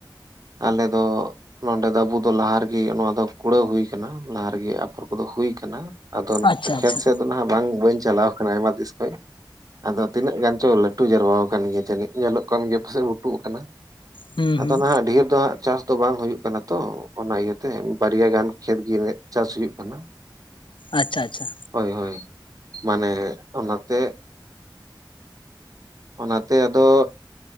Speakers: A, on the right; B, on the left.
A: ᱟᱞᱮ ᱫᱚ ᱱᱚᱸᱰᱮ ᱫᱚ ᱟᱵᱩ ᱫᱚ ᱞᱟᱦᱟ ᱨᱮᱜᱮ ᱱᱚᱣᱟ ᱫᱚ ᱠᱩᱲᱟᱹᱣ ᱦᱩᱭ ᱟᱠᱟᱱᱟ ᱞᱟᱦᱟ ᱨᱮᱜᱮ ᱟᱯᱷᱚᱨ ᱠᱚᱫᱚ ᱦᱩᱭ ᱟᱠᱟᱱᱟ᱾ ᱟᱫᱚ
B: ᱟᱪᱪᱷᱟ
A: ᱠᱷᱮᱛ
B: ᱟᱪᱪᱷᱟ
A: ᱥᱮᱫ ᱫᱚ ᱱᱟᱦᱟᱜ ᱵᱟᱝ ᱵᱟᱹᱧ ᱪᱟᱞᱟᱣ ᱟᱠᱟᱱᱟ ᱟᱭᱢᱟ ᱛᱤᱥ ᱠᱷᱚᱱ ᱟᱫᱚ ᱛᱤᱱᱟᱹᱜ ᱜᱟᱱ ᱪᱚ ᱞᱟᱹᱴ ᱡᱟᱨᱣᱟ ᱟᱠᱟᱱ ᱜᱮᱭᱟ ᱡᱟᱹᱱᱤᱡ ᱧᱮᱞᱚᱜ ᱠᱟᱱ ᱜᱮᱭᱟ ᱯᱟᱥᱮᱡ ᱞᱩᱴᱩᱜ ᱟᱠᱟᱱᱟ
B: ᱦᱩᱸ
A: ᱟᱫᱚ
B: ᱦᱩᱸ
A: ᱱᱟᱦᱟᱜ ᱰᱷᱮᱨ ᱫᱚ ᱦᱟᱸᱜ ᱪᱟᱥ ᱛᱚ ᱵᱟᱝ ᱦᱩᱭᱩᱜ ᱠᱟᱱᱟ ᱛᱚ ᱚᱱᱟ ᱤᱭᱟᱹᱛᱮ ᱵᱟᱨᱭᱟ ᱜᱟᱱ ᱠᱷᱮᱛ ᱜᱮ ᱪᱟᱥ ᱦᱩᱭᱩᱜ ᱠᱟᱱᱟ᱾
B: ᱟᱪᱪᱷᱟ ᱪᱷᱟ᱾
A: ᱦᱳᱭ ᱦᱳᱭ ᱢᱟᱱᱮ ᱚᱱᱟᱛᱮ ᱚᱱᱟᱛᱮ ᱟᱫᱚ